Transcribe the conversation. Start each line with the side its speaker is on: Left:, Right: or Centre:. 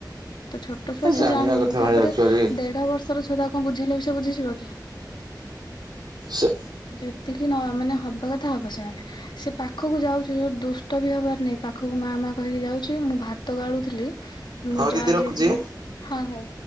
Left: ତ ଛୋଟ ଛୁଆ ସେ
Right: ଜାଣିବା
Left: ଜାଣୁନି
Right: କଥା
Left: ତାପରେ
Right: ଭାଇ ଆକ୍ଚୁଆଲି
Left: ଦେଢ ବର୍ଷର ଛୁଆଟା କଣ ବୁଝେଇଲେ ବି ସେ ବୁଝିଯିବ କି?
Right: ସେ
Left: ଯେତିକି ନ ମାନେ ହବା କଥା ହବ ସେମାନେ ସେ ପାଖକୁ ଯାଉଚି ଯ ଦୁସ୍ କଷ୍ଟ ବି ହବାର ନାଇଁ ପାଖକୁ ମା ମା କହିକି ଯାଉଚି ମୁଁ ଭାତ ଗାଳୁଥିଲି। ମୁଁ
Right: ହଉ
Left: ଯାହା
Right: ଦିଦି ରଖୁଛି।
Left: ଯାଇଥିଲା ହଁ ହଉ